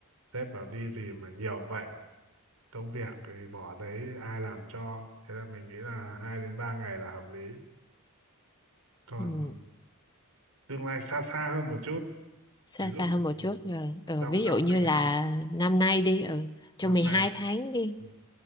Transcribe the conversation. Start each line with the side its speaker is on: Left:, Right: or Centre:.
Right: sếp bảo đi gì mà nhiều vậy công việc thì bỏ đấy ai làm cho thế là mình nghĩ là hai đến ba ngày là hợp lý còn
Left: Ừ.
Right: tương lai xa xa hơn một chút
Left: xa
Right: ví
Left: xa
Right: dụ
Left: hơn một
Right: ừ,
Left: chút rồi ừ,
Right: trong
Left: ví
Right: năm
Left: dụ như
Right: nay
Left: là
Right: ha,
Left: năm nay đi ừ, trong
Right: năm
Left: mười
Right: nay
Left: hai tháng đi
Right: ừ,